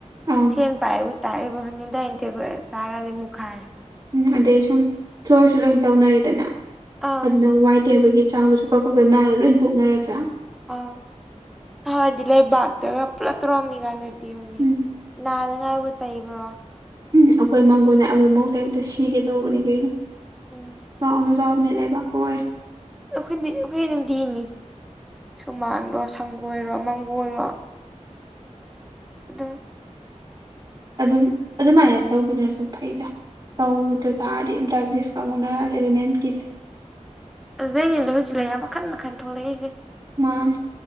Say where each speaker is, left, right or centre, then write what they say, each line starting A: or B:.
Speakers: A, on the right (about 30°); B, in the centre.
A: ꯑꯪ
B: ꯁꯦꯟ ꯄꯥꯏꯕꯨ ꯂꯩꯕ ꯈꯨꯅꯤꯡ ꯗꯥꯏꯅꯤꯡ ꯇꯦꯕꯜ ꯆꯥꯒ꯭ꯔꯗꯤ ꯃꯨꯈꯥꯏꯔꯦ
A: ꯎꯝ ꯑꯗꯩ ꯁꯨꯝ ꯐ꯭ꯂꯣꯔꯁꯨ ꯂꯣꯏ ꯇꯧꯅꯔꯦꯗꯅ
B: ꯑꯪ
A: ꯑꯗꯨꯅ ꯋꯥꯏ ꯇꯩꯕꯒꯤ ꯆꯥꯡꯗꯨꯁꯨ ꯀꯛ ꯕꯛꯇ ꯅꯥꯜꯂ ꯂꯣꯏ ꯇꯣꯛꯅꯔꯗ꯭ꯔꯥ
B: ꯑ ꯅꯍꯥꯋꯥꯏꯗꯤ ꯂꯩꯕꯥꯛꯇꯒ ꯄꯨꯂꯞ ꯇꯧꯔꯝꯃꯤꯒꯥꯟꯗ ꯅꯤ
A: ꯎꯝ
B: ꯅꯥꯅꯉꯥꯏꯕꯨ ꯇꯩꯕ꯭ꯔꯣ
A: ꯎꯝ ꯑꯈꯣꯏ ꯃꯪꯒꯣꯟꯅ ꯑꯃꯨꯛ ꯃꯨꯛ ꯇꯩꯕꯗ ꯁꯤꯒꯦ ꯇꯧꯕꯅꯦ ꯀꯩꯅꯣ
B: ꯎꯝ
A: <unintelligible> ꯆꯥꯎꯅꯦ ꯂꯩꯕ ꯀꯣꯏ
B: ꯑꯈꯣꯏꯗꯤ ꯑꯈꯣꯏ ꯅꯨꯡꯇꯤꯅꯤ ꯁꯨꯃꯥꯡꯂꯣ ꯁꯪꯒꯣꯏꯔꯣ ꯃꯥꯡꯒꯣꯜꯔꯣ ꯑꯗꯨꯝ
A: ꯑꯗꯨꯝ ꯑꯗꯨꯃꯥꯏꯅ ꯇꯧꯒꯤꯕꯅꯁꯨ ꯐꯩꯗ ꯇꯧꯗ ꯇꯥꯔꯗꯤ ꯗꯥꯏꯕꯤꯇꯤꯁꯀ ꯑꯃꯨꯛ ꯅꯥꯔꯗꯤ ꯑꯗꯨꯅ ꯍꯦꯟꯅ ꯀꯤꯖꯩ꯫
B: ꯑꯗꯨꯗꯩꯅꯦ ꯍꯧꯖꯤꯛ ꯂꯩꯅꯥ ꯃꯈꯟ ꯃꯈꯟ ꯊꯣꯛꯂꯛꯏꯖꯦ ꯫
A: ꯃꯥꯅꯤ